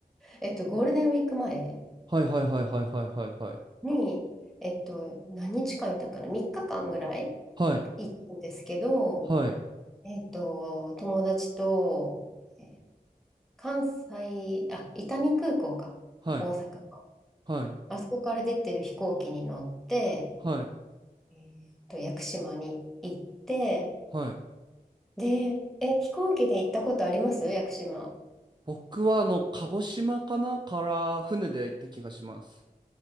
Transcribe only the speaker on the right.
はいはいはいはいはいはいはい。
はい、
はい、
はい、
はい、
はい、
はい。
僕はあの、鹿児島かなから船で行った気がします。